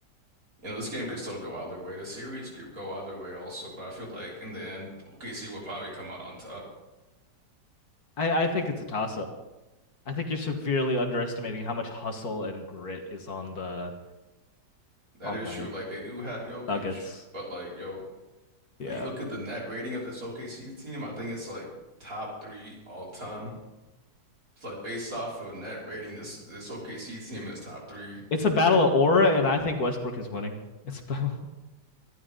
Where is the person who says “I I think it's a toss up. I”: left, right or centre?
Left